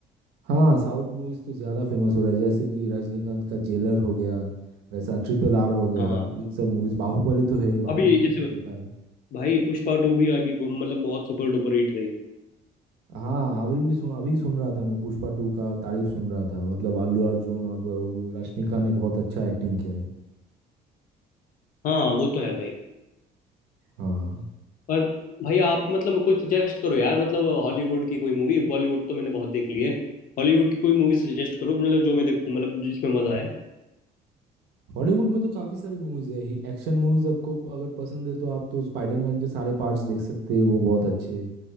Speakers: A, on the right (about 75°); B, on the left (about 55°).
A: हाँ साउथ मूवीज तो ज्यादा फेमस हो रहा है जैसे कि रजनीकांत का जेलर हो गया वैसा ट्रिपल आर हो गया
B: हाँ
A: ये सब मूवीज बाहुबली तो है ही बाहुबली
B: अभी
A: तो
B: जैसे
A: मैंने देखा है
B: भाई पुष्पा टू भी अभी ब- मतलब बहुत सुपर डुपर हिट रही
A: हाँ अभी भी सुन अभी सुन रहा था मैं पुष्पा टू का तारीफ सुन रहा था मतलब अल्लू अर्जुन और वो वो रश्मिका ने बहुत अच्छा एक्टिंग किया है
B: हाँ वो तो है भाई
A: हाँ
B: पर भाई आप मतलब कोई सजेस्ट करो यार मतलब हॉलीवुड की कोई मूवी बॉलीवुड तो मैंने बहुत देख ली है हॉलीवुड की कोई मूवी सजेस्ट करो मतलब जो मैं देखूं मतलब जिसमें मजा आए
A: हॉलीवुड में तो काफी सारे मूवीज है एक्शन मूवीज आपको अगर पसंद है तो आप तो स्पाइडरमैन के सारे पार्ट्स देख सकते हैं वो बहुत अच्छे